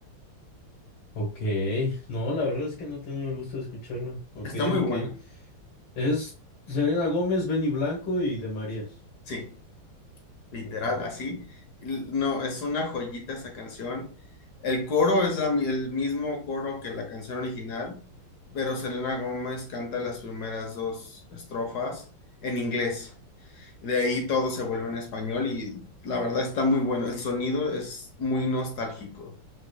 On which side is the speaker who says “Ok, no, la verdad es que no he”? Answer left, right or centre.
Left